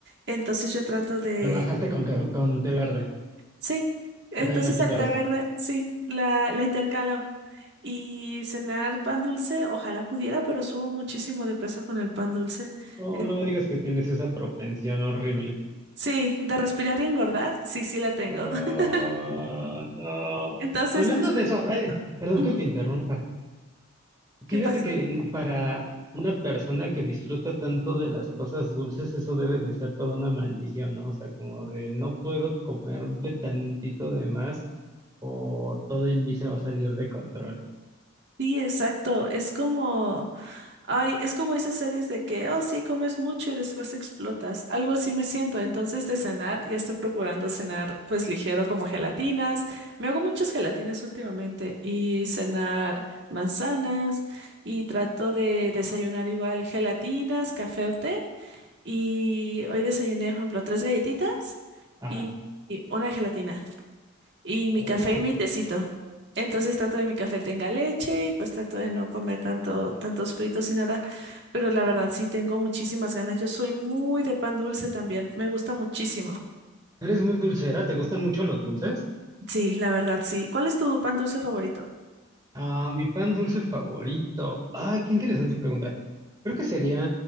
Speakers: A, on the right; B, on the right.
A: Entonces yo trato de
B: lo bajaste con, ca- con té verde.
A: Sí, entonces
B: Yo también he aplicado
A: el té
B: esa.
A: verde, sí, la, la intercalo. Y cenar pan dulce, ojalá pudiera, pero subo muchísimo de peso con el pan dulce.
B: No,
A: Eh,
B: no me digas que tienes esa propensión horrible.
A: sí, de respirar y engordar, sí, sí la tengo.
B: Ah,
A: <laughs>
B: no.
A: Entonces
B: Hablando
A: estoy
B: de eso,
A: tratando.
B: eh, perdón
A: Ujú.
B: que te interrumpa.
A: ¿Qué
B: Fíjate
A: pasa?
B: que n- para una persona que disfruta tanto de las cosas dulces, eso debe de ser toda una maldición, ¿no? O sea, como de no puedo comerle tantito de más o todo en mí se va a salir de control.
A: Sí, exacto. Es como Ay, es como esas series de que, oh, sí, comes mucho y después explotas. Algo así me siento. Entonces, de cenar, ya estoy procurando cenar, pues ligero, como gelatinas. Me hago muchas gelatinas últimamente y cenar manzanas y trato de desayunar igual gelatinas, café o té. Y hoy desayuné, por ejemplo, tres galletitas
B: Ajá.
A: y, y una gelatina y
B: Oh.
A: mi café y mi tecito. Entonces trato de mi café tenga leche y pues trato de no comer tanto, tantos fritos y nada. Pero la verdad sí tengo muchísimas ganas. Yo soy muy de pan dulce también. Me gusta muchísimo.
B: Eres muy dulcera, ¿te gustan mucho los dulces?
A: Sí, la verdad sí. ¿Cuál es tu pan dulce favorito?
B: Ah, mi pan dulce favorito. Ah, qué interesante pregunta. Creo que sería...